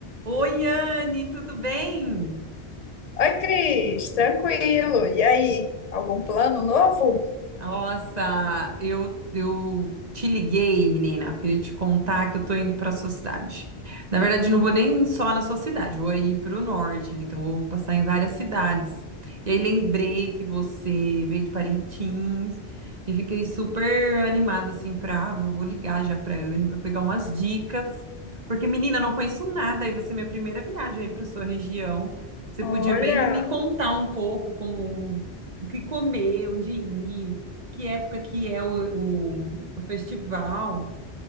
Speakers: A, on the right; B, on the left.
A: Oi, Anne, tudo bem?
B: Oi, Cris, tranquilo. E aí, algum plano novo?
A: Nossa, eu, eu te liguei, menina. Queria te contar que eu tô indo pra sua cidade. Na verdade, não vou nem só na sua cidade, vou aí pro norte, né? Então, vou passar em várias cidades. E aí, lembrei que você veio de Parintins e fiquei super animada, assim, pra. ah, eu vou ligar já pra Anne pra pegar umas dicas. Porque, menina, eu não conheço nada, aí vai ser minha primeira viagem aí pra sua região. Você
B: Olha,
A: podia bem me contar um pouco como. O que comer, onde ir que época que é o, o, o festival.